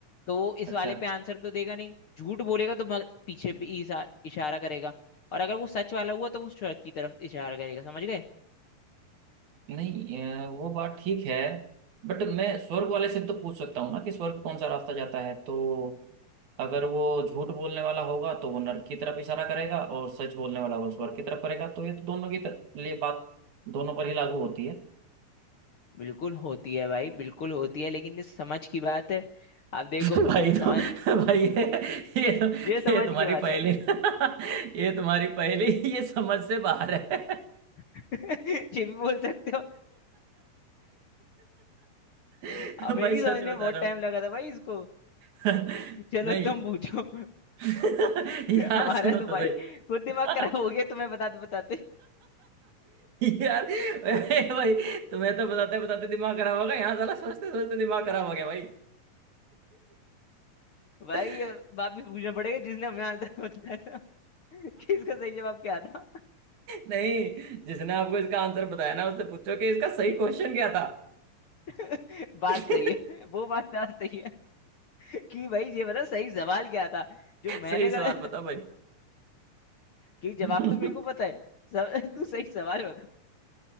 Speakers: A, on the left; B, on the right.
A: तो वो इस
B: अच्छा
A: वाले पे आंसर तो देगा नहीं झूठ बोलेगा तो मग- पीछे पे इशा, इशारा करेगा और अगर वो सच वाला हुआ तो वो स्वर्ग की तरफ इशारा करेगा समझ गए
B: नहीं अ, वो बात ठीक है बट मैं स्वर्ग वाले से भी तो पूछ सकता हूँ ना कि स्वर्ग कौन सा रास्ता जाता है तो अगर वो झूठ बोलने वाला होगा तो वो नर्क की तरफ इशारा करेगा और सच बोलने वाला होगा स्वर्ग की तरफ करेगा तो ये तो दोनों की तर, लिए बात दोनों पर ही लागू होती है
A: बिल्कुल होती है भाई बिल्कुल होती है लेकिन ये समझ की बात है आप
B: <laughs>
A: देखो
B: भाई
A: समझ
B: तो भाई ये ये, तो,
A: ये समझ
B: ये तुम्हारी
A: की बात
B: पहेली
A: है
B: <laughs> ये तुम्हारी पहेली ये समझ से बाहर है
A: <laughs> ये भी बोल सकते हो
B: <laughs>
A: हमें
B: भाई
A: भी
B: सच
A: समझने
B: बता
A: में बहुत
B: रहा
A: टाइम
B: हूँ
A: लगा था भाई इसको
B: <laughs>
A: चलो
B: नहीं
A: तुम पूछो <laughs>
B: <laughs> यार
A: हमारा
B: सुनो
A: तो
B: तो
A: भाई
B: सही
A: खुद दिमाग
B: <laughs>
A: खराब हो गया तुम्हें बताते बताते
B: यार अरे भाई तुम्हें तो बताते बताते दिमाग खराब हो गया यहाँ साला सोचते सोचते दिमाग खराब हो गया भाई
A: भाई
B: <laughs>
A: अब वापस पूछना पड़ेगा जिसने हमें आंसर बताया था <laughs> कि इसका सही जवाब क्या था
B: नहीं जिसने आपको इसका आंसर बताया ना उससे पूछो कि इसका सही क्वेश्चन क्या था
A: <laughs> बात
B: <laughs>
A: सही है वो बात बात सही है कि भाई ये बता सही सवाल क्या था जो मैंने
B: सही सवाल
A: गलत
B: बता भाई
A: क्योंकि जवाब
B: <laughs> हम्म
A: तो मेरे को पता है सब, <laughs> तू सही सवाल बता